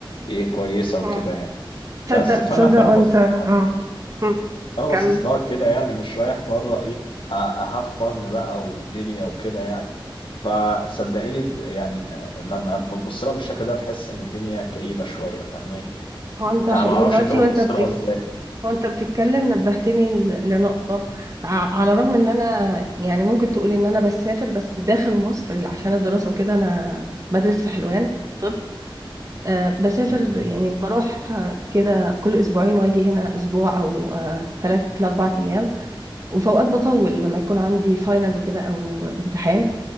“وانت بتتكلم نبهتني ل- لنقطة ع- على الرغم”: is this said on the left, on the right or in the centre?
Right